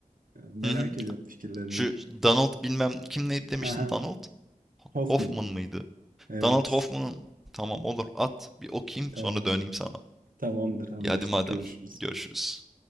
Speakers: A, on the right (about 80°); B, in the centre.
A: Ee, Merak
B: hı hı.
A: ediyorum fikirlerini.
B: Şu Donald bilmem kim neydi demiştin
A: Aha,
B: Donald
A: Hoffman.
B: Hoffman mıydı?
A: Evet,
B: Donald Hoffman'ın tamam olur at bir okuyayım
A: tamam.
B: sonra döneyim sana.
A: Tamamdır, anlaştık.
B: Ya hadi madem
A: Görüşürüz.
B: görüşürüz.